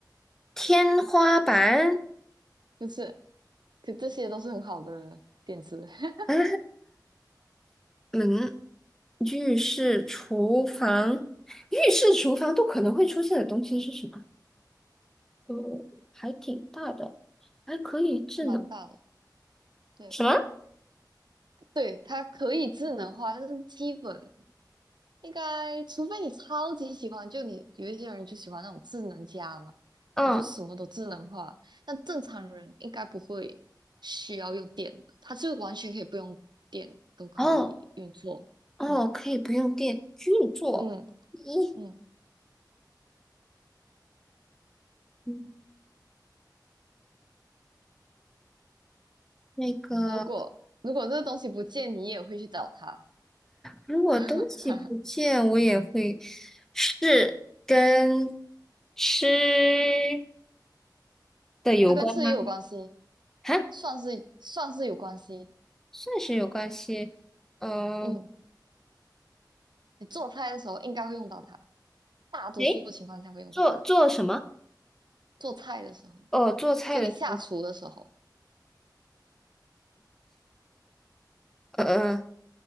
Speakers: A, in the centre; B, on the right.
A: 天花板，
B: 就是，可这些都是很好的点子，<laughs>
A: 啊，门，浴室、厨房，浴室、厨房都可能会出现的东西是什么？呃，还挺大的，还可以智能
B: 蛮大的。对
A: 什么？
B: 对，它可以智能化，但是基本。应该，除非你超级喜欢，就你有一些人就喜欢那种智能家嘛，
A: 嗯，
B: 他就什么都智能化。但正常人应该不会需要用电的，他是完全可以不用电都可以运作。
A: 哦哦，
B: 嗯
A: 可以不用电，运作一，
B: 嗯嗯，
A: 嗯，那个。
B: 如果如果这个东西不见，你也会去找他，
A: 如果东西不见，
B: <laughs>
A: 我也会是跟吃的有关吗？
B: 它跟吃也有关系，
A: 哈，
B: 算是算是有关系。
A: 算是有关系。呃，
B: 嗯，你做菜的时候应该会用到它，大多数情况下会用到它。
A: 诶，做做什么？
B: 做菜的时候，
A: 哦，做菜的时候，
B: 就你下厨的时候。
A: 呃呃，